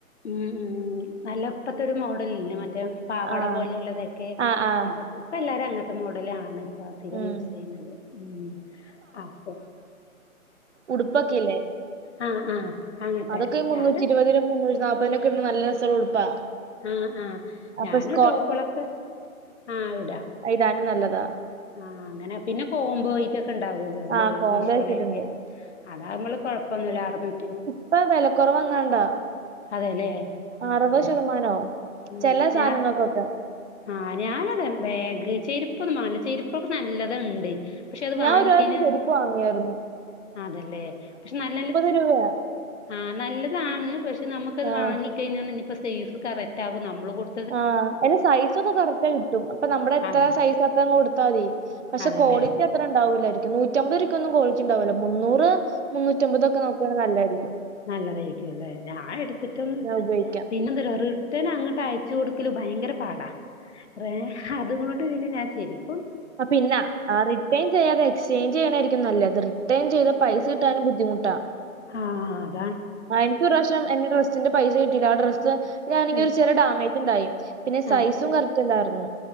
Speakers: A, on the left (about 50°); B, on the right (about 55°).
A: ഉം ഉം നല്ലപ്പത്തെ ഒരു മോഡലില്ലേ മറ്റേ പാവാട
B: ആഹ്
A: പോലുള്ളതെക്കെ
B: ആഹ് ആഹ്
A: അപ്പൊ ഇപ്പ എല്ലാരും അങ്ങൻത്തെ മോഡലാണ്. പ്പാർത്തിക്കാൻ
B: ഉം
A: യൂസ് ചെയ്യുന്നത് ഉം അപ്പം
B: ഉടുപ്പ്ക്കില്ലേ?
A: ആഹ് ആഹ്. അങ്ങത്തെ
B: അതൊക്കെ മുന്നൂറ്റിയിരുപതിനും
A: ഞാന്
B: മുന്നൂറ്റിനാപ്പതിനൊക്കെ <unintelligible> നല്ല രസള്ള ഉടുപ്പാ.
A: ആഹ് ആഹ്,
B: അപ്പൊ
A: ഞാനും
B: സ്
A: ടോപ്പൊളൊക്കെ ആഹ് ഇടാ.
B: അയ്ടാനും നല്ലതാ.
A: ആഹ് അങ്ങനെ പിന്നെ കോംമ്പോ ഐറ്റംക്കെ ഉണ്ടാവും. അതാലേ
B: ആഹ് കോംബോ
A: മീഷോലേക്കെ,
B: ആക്കിയിട്ടുണ്ട്.
A: അതാമ്മള് കൊഴപ്പൊന്നുല്ല അറന്നൂറ്റി
B: പ്പ വെലക്കൊറവ് എങ്ങാണ്ടാ
A: അതെല്ലേ ആഹ്
B: അറുപത് ശതമാനോ
A: ഉം
B: ചെലേ സാനങ്ങൾക്കൊക്കെ.
A: ഞാൻ ആഹ് ഞാനതാ ബാഗ് ചെരുപ്പൊന്നു വാങ്ങ <unintelligible> ചെരുപ്പെക്കെ നല്ലത്ണ്ട്. പക്ഷെ അത്
B: ഞാൻ
A: വാങ്ങിക്കഴിഞാ
B: ഒരു പ്രാവശ്യം ചെരുപ്പ് വാങ്ങിയായിരുന്നു
A: അതല്ലേ, പക്ഷെ നല്ല ല്ല
B: യാ
A: ആഹ് നല്ലതാണ്, പക്ഷെ നമ്മക്കത്
B: ആഹ്
A: വാങ്ങിക്കഴിഞ്ഞാ ഇനിയിപ്പോ സെയ്‌സ് കറക്റ്റ് ആവോ നമ്മെള് കൊടു
B: ആഹ് അത് സൈസൊക്കെ കറക്റ്റേ കിട്ടും, അപ്പൊ നമ്മെടെ എത്ര
A: അതെ
B: സൈസാ ത്ര കൊടുത്താതി പക്ഷെ
A: അതെല്ലേ
B: ക്കൊളിറ്റി ത്രണ്ടാവുല്ലാരിക്കും നൂറ്റമ്പ് രൂക്കൊന്നും കൊളിറ്റിയുണ്ടാവൂല മുന്നൂറ് മുന്നൂറ്റമ്പതൊക്കെ നോക്കുവാണേ നല്ലാര്ക്കും.
A: നല്ലതായിക്കുയല്ലേ ഞാൻ എടുത്തിട്ടൊന്നുല്ല
B: ഉപയോഗിക്കാം.
A: പിന്നെന്തെര് ഒരു ഉടനെ അങ്ങോട്ട് അയച്ച് കൊടുക്കല് ഭയങ്കര പാടാ റേ അതുകൊണ്ട് ഇതിന് ഞാൻ ചേരും.
B: പ്പ പിന്നെ ആ റിട്ടേൺ ചെയ്യാതെ എക്സ് ചേഞ്ച് ചെയ്യാണാരിക്കും നല്ലത് റിട്ടേൺ ചെയ്താ പൈസ കിട്ടാനും ബുദ്ധിമുട്ടാ.
A: ഹാ
B: ആഹ്, എൻക്കൊരു പ്രാവിശ്യം എന്റെ ഡ്രസ്സ സിന്റെ പൈസ കിട്ടില്ല, ആ ഡ്രസ്സ് ആണെങ്കി
A: ഉം
B: ഒരു ചെറിയ ഡാമേജ് ഉണ്ടായി പിന്നെ സൈസും
A: ആഹ്
B: കറക്റ്റല്ലാരുന്നു.